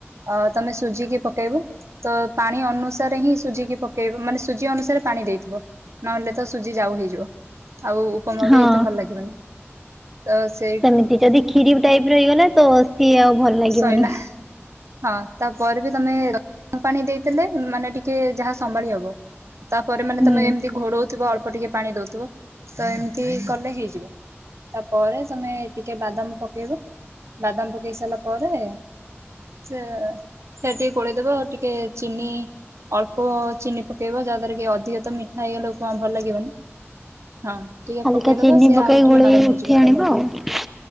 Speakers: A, on the right; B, in the centre.
A: ଆଉ ତମେ ସୁଜିିକି ପକେଇବ। ତ ପାଣି ଅନୁସାରେ ହିଁ ସୁଜିିକି ପକେଇବ ମାନେ ସୁଜି ଅନୁସାରେ ପାଣି ଦେଇଥିବ। ନହେଲେ ତ ସୁଜି ଯାଉ ହେଇଯିବ ଆଉ ଉପମା
B: ହଁ।
A: ବି ଏତେ ଭଲ ଲାଗିବନି ତ ସେଇ
B: ସେମିତି ଯଦି କ୍ଷୀରି ଟାଇପ ର ହେଇଗଲା ତ ସିଏ ଆଉ ଭଲ। ଲାଗିବନି।
A: ସଇଲା ହଁ ତାପରେ ବି ତମେ ଗରମ ପାଣି ଦେଇ ଦେଲେ ମାନେ ଟିକେ ଯାହା ସମ୍ଭାଳି ହବ। ତାପରେ ମାନେ
B: ହୁଁ
A: ତମେ ଏମିତି ଘୋଡଉଥିବ ଅଳ୍ପ ଟିକେ ପାଣି ଦଉଥିବ ତ ଏମିତି କଲେ ହେଇଯିବ। ତା ପରେ ତମେ ଟିକେ ବାଦାମ ପକେଇବ ବାଦାମ ପକେଇ ସାରିଲା ପରେ। ସେ ସେ ଟିକେ ଗୋଲେଇଦବ ଆଉ ଟିକେ ଚିନି ଅଳ୍ପ ଚିନି ପକେଇବା ଯାହା ଦ୍ଵାରା କି ଅଧିକ ତ ମି ନେଇଗଲେ ଉପମା ଭଲ ଲାଗିବନି। ହଁ ଟିକେ
B: ହଲୁକା
A: ପକେଇଦବ
B: ଚିନି
A: ସିଏ
B: ପକେଇ
A: ଆଉ ଟିକେ
B: ଗୋଳେଇ
A: ନରମ
B: ଉଠି
A: ହେଇଯିବ
B: ଆଣିବା ଆଉ।